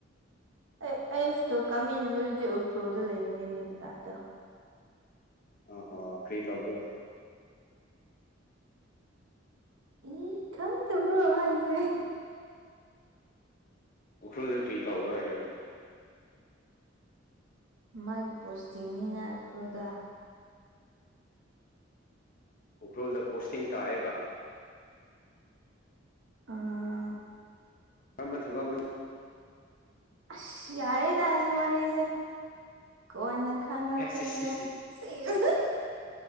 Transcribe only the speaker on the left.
ꯑꯣ ꯍꯣ ꯀꯔꯤ ꯇꯧꯕ꯭ꯔꯣ
ꯎꯈ꯭ꯔꯨꯜꯗ ꯀ꯭ꯔꯤ ꯇꯧꯕ꯭ꯔꯥ ꯍꯥꯏꯔꯒ
ꯎꯈ꯭ꯔꯨꯜꯗ ꯄꯣꯁꯇꯤꯡ ꯇꯥꯏꯌꯦꯕ
ꯀꯔꯝꯕ ꯊꯕꯛꯅꯣ
ꯑꯦ ꯁꯤ ꯁꯤ ꯁꯤ